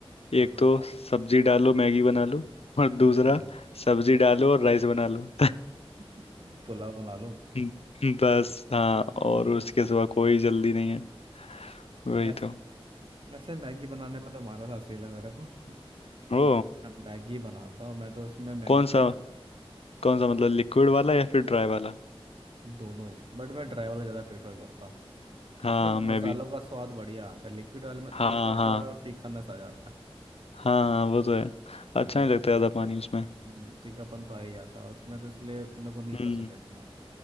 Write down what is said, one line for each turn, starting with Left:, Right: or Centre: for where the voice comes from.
Right: बताओ
Left: एक तो
Right: बताओ
Left: सब्जी डालो मैगी बना लो और दूसरा
Right: अरे
Left: सब्जी डालो और राइस बना लो
Right: <laughs> पुलाव बना लूं
Left: <laughs> बस हाँ
Right: हम्म।
Left: और उसके सिवा कोई जल्दी नहीं है वही
Right: ऐसे
Left: तो
Right: वैसे मैगी बनाने में तो मारा था असील है मेरे को <laughs>
Left: ओ
Right: मैं मैगी बनाता हूँ मैं तो उसमें मैगी
Left: कौन सा कौन सा मतलब लिक्विड वाला या फिर ड्राई वाला
Right: दोनों ही बट मैं ड्राई वाला ज़्यादा प्रेफर करता हूँ
Left: हाँ
Right: उसमें
Left: मैं
Right: मसालों
Left: भी
Right: का स्वाद बढ़िया आता है लिक्विड वाले में
Left: हाँ
Right: थोड़ा
Left: हाँ
Right: सा
Left: हाँ
Right: फीकानेस आ जाता है
Left: हाँ वो तो
Right: ना
Left: है अच्छा
Right: फीकापन
Left: नहीं लगता ज्यादा पानी उसमें
Right: हम्म, फीकापन तो आ ही जाता है उसमें तो इसलिए मेरे को नहीं पसंद
Left: हम्म
Right: है इतना